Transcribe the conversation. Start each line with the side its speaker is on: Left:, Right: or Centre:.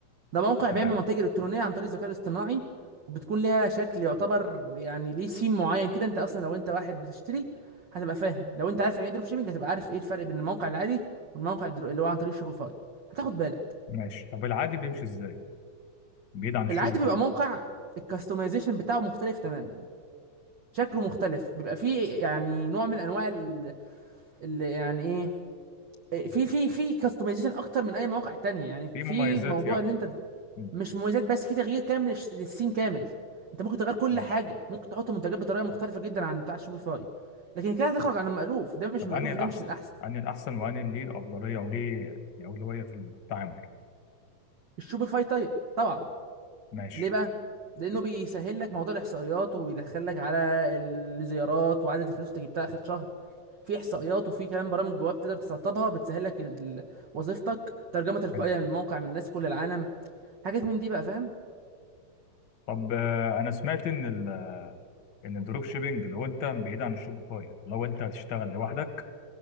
Right: ده موقع
Left: تمام
Right: بيعمل منتج الكترونيه عن طريق الذكاء الاصطناعي وبتكون ليها شكل يعتبر يعني ليه سيم معين كده انت اصلا لو انت واحد بتشتري هتبقى فاهم لو انت عارف يعني ايه دروب شيبنج هتبقى عارف ايه الفرق بين الموقع العادي والموقع الدرو- اللي هو عن طريق شوبيفاي هتاخد بالك
Left: ماشي طب العادي بيمشي إزاي؟ بعيد عن الشوبيفاي
Right: العادي بيبقى موقع الكاستمايزيشن بتاعه مختلف تماما شكله مختلف بيبقى فيه يعني نوع من انواع ال... ال... يعني ايه في في في كاستمايزيشن اكتر من اي مواقع تانية يعني
Left: في
Right: في
Left: مميزات
Right: موضوع
Left: يعني
Right: ان انت
Left: مم.
Right: مش مميزات بس في تغيير كامل للش- للسيم كامل انت ممكن تغير كل
Left: ماشي
Right: حاجه ممكن تحط منتجات بطريقه مختلفه جدا عن بتاع شوبيفاي لكن كده هتخرج عن المألوف ده مش
Left: طب
Right: المألوف
Left: أنهي الأحسن؟
Right: وده مش الاحسن
Left: أنهي الأحسن وأنهي اللي ليه الأفضلية وليه يعني أولوية في التعامل؟
Right: الشوبيفاي طيب طبعا
Left: ماشي
Right: ليه بقى لانه
Left: طيب،
Right: بيسهل لك موضوع الاحصائيات وبيدخلك على الزيارات وعدد الفلوس اللي جبتها اخر شهر في احصائيات وفي كمان برامج جواب تقدر تسطبها بتسهل لك ال- وظيفتك ترجمه تلقائيه
Left: حلو
Right: للموقع من الناس في كل العالم حاجات من دي بقى فاهم
Left: طب آه، أنا سمعت إن ال إن الدروب شيبينج لو أنت بعيد عن الشوبيفاي لو أنت هتشتغل لوحدك